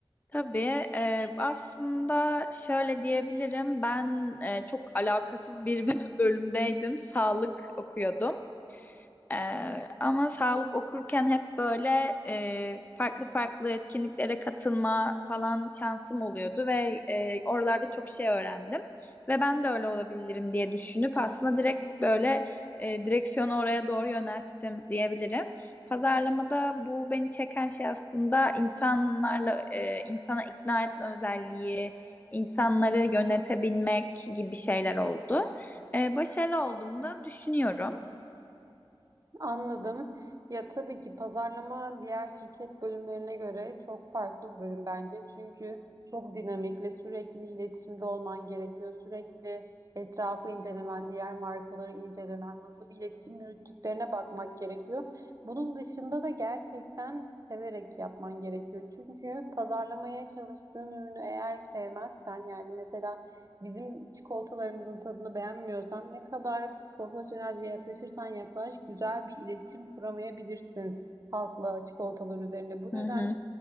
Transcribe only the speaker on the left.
Tabii e, aslında şöyle diyebilirim ben e, çok alakasız bir <laughs> bölümdeydim sağlık okuyordum ee, ama sağlık okurken hep böyle e, farklı farklı etkinliklere katılma falan şansım oluyordu ve e, oralarda çok şey öğrendim ve ben de öyle olabilirim diye düşünüp aslında direkt böyle e, direksiyonu oraya doğru yönelttim diyebilirim. Pazarlamada bu beni çeken şey aslında insanlarla e, insana ikna etme özelliği, insanları yönetebilmek gibi şeyler oldu. E, başarılı olduğumu da düşünüyorum.
Hı
hı.